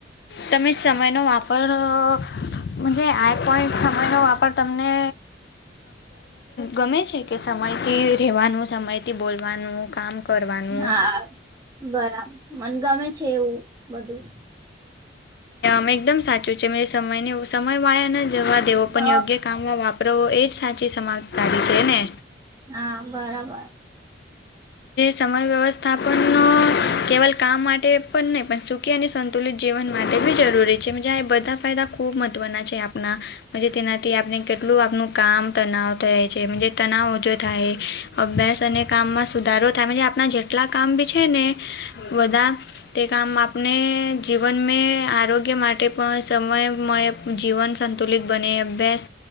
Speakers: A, on the left; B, on the right.
A: તમે સમયનો વાપર. આઈપઈન્ટ સમયનો વાપર તમને. ગમે છે કે? સમયથી રહેવાનું, સમયથી બોલવાનું કામ. કરવાનું
B: હા! બરાબર મને ગમે છે એવું બધું.
A: મ એકદમ સાચું છે. મે સમય સમય વાયા ના જવા. તેઓ પણ
B: હ
A: યોગ્ય કામમાં વાપરવવો. એ જ સાચી સમાજદારી છે ને.
B: હા! બરાબર.
A: સમય વ્યવસ્થાપન કેવલ કામ માટે પણ નહીં પણ સુખી અને સંતુલિત જીવન માટે બી જરૂરી છે. જ આ બધા ફાયદા ખૂબ મહત્ત્વના છે આપણા. તેનાથી આપણે કેટલું આપણું કામ તનાવ થ છે. તનાવ ઓછો થાય. અભ્યાસ અને કામમાં સુધારો થાય. આપણા જેટલા કામ બી છે ને બધા. તે કામ આપને જીવન મે આરોગ્ય માટે પણ, સમય મળે. જીવન સંતુલિત બને. અભ્યાસ